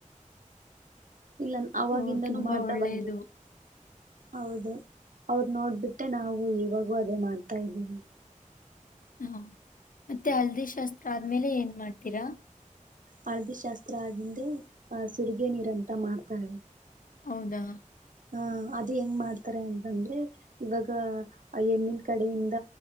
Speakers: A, on the left; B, on the right.
A: <inaudible>
B: ಇಲ್ಲ ಅವಾಗಿಂದನೂ
A: ಓ ತುಂಬಾ
B: ಮಾಡ್ತಾ
A: ಒಳ್ಳೆಯದು
B: ಬಂದಿದ್ರ ಹೌದು ಅವರ್ನೋಡ್ಬಿಟ್ಟೆ ನಾವು ಇವಾಗೂ ಅದೇ ಮಾಡ್ತಾ ಇದ್ದೀವಿ.
A: ಹಾ ಮತ್ತೆ ಹಲ್ದಿ ಶಾಸ್ತ್ರ ಆದ್ಮೇಲೆ ಏನ್ ಮಾಡ್ತೀರಾ.
B: ಹಳದಿಶಾಸ್ತ್ರ ಆಗಿಂದೆ ಆಹ ಸುರ್ಗೆ ನೀರ ಅಂತ ಮಾಡ್ತಾರೆ.
A: ಹೌದಾ
B: ಹ ಅದು ಹೆಂಗ್ ಮಾಡ್ತಾರೆ ಅಂತಂದ್ರೆ ಇವಾಗ ಹೆಣ್ಣಿನ ಕಡೆಯಿಂದ